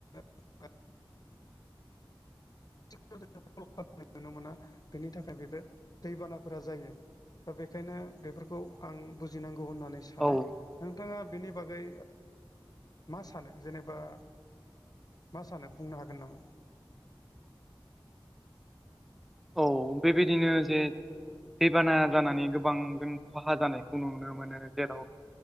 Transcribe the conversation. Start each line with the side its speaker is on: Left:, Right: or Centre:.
Left: <unintelligible> खालामनाय नुनो मोना बेनि थाखाय बेबो दैबानाफोरा जायो। दा बेखायनो बेफोरखौ आं बुजिनांगौ होननानै सानो।
Centre: औ
Left: नोंथाङा बिनि बागै मा सानो जेनेबा मा सानो? बुंनो हागोन नामा?
Centre: औ बेबायदिनो जे दैबाना जानानै गोबां जों खहा जानायखौ नुनो मोनो जेराव